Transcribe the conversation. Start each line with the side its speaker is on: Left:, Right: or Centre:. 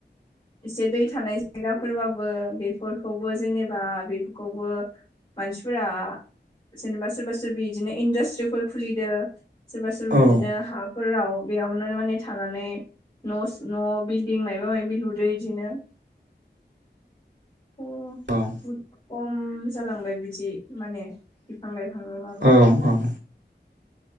Left: एसे दै थानाय जायगाफोरबाबो बेफोरखौबो जेनेबा बेफोरखौबो मानसिफोरा जेनेबा सोरबा सोरबि बिदिनो इन्डास्ट्रिफोर खुलिदों सोरबा सोरबा
Right: औ
Left: बिदिनो हाफोराव बेयावनो माने थानानै न' न' बिल्डिं मायाबा माबि लु दो बेदिनो अ
Right: औ
Left: बुहुद खम जालांबाय बिदि माने बिफां लाइफांनि माबाया
Right: औ औ